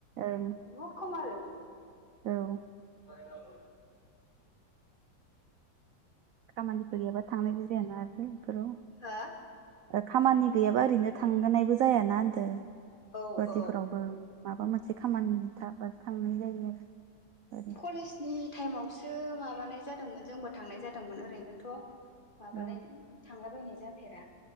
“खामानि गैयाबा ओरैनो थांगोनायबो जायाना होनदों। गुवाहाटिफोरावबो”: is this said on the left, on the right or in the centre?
Right